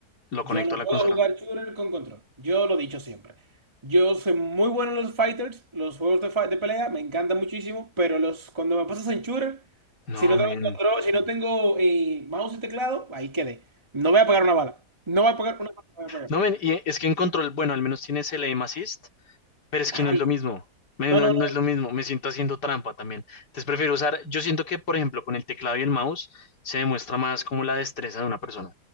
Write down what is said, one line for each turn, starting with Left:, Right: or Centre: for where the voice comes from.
Left: Lo
Right: Yo
Left: conecto
Right: no
Left: a la
Right: puedo
Left: consola.
Right: jugar shooter con control. Yo lo he dicho siempre. Yo soy muy bueno en los fighters, los juegos de, fi- de pelea, me encantan muchísimo, pero los, cuando me pasas en shooter,
Left: No,
Right: si no
Left: men.
Right: tengo control, si no tengo eh, mouse y teclado, ahí quedé. No voy a pegar una bala. No voy a pegar una bala. no voy a pegar.
Left: No, men, y es que en control, bueno, al menos tienes el aim assist, pero es
Right: Ay,
Left: que no es lo mismo. Men,
Right: no,
Left: no,
Right: no,
Left: no
Right: no.
Left: es lo mismo, me siento haciendo trampa también. Entonces prefiero usar, yo siento que, por ejemplo, con el teclado y el mouse se demuestra más como la destreza de una persona.